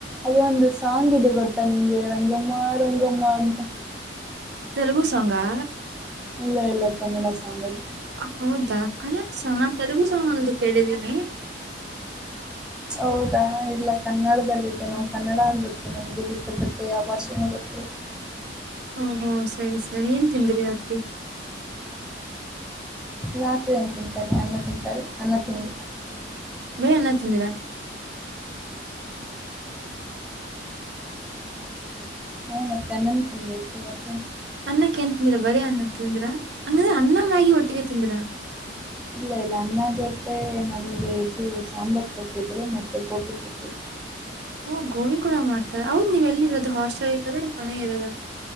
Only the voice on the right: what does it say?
ತೆಲುಗು ಸಾಂಗಾ
ಹೌದಾ ಕಲ್ಯಾಣ ಸಾಂಗ ತೆಲುಗು ಸಾಂಗ್ ಒಂದು ಕೇಳಿದಿ ಹ
ಹಓ ಹೋ ಸರಿ ಸರಿ ಏನ್ ತಿಂದ್ರಿ ರಾತ್ರಿ
ಬಯ ಅನ್ನ ತಂದಿರ
ಅನ್ನಕ್ಕೆೇನ್ ತಿಂದಿರ ಬರಯ ಅನ್ನ ತಿಂದಿರಾ ಹಂಗ್ರ ಅನ್ನ ಮ್ಯಾಗಿ ಒಟ್ಟಿಗೆ ತಿಂದ್ರ
ಹಓ ಗೋಬಿ ಕೂಡ ಮಾಡ್ತಾರೆ ಹೌದ್ ನೀವ್ ಎಲ್ಲಿ ಇರೋದು ಹಾಸ್ಟೆಲ್ ಇರೋದ ಮನೆ ಇರೋದ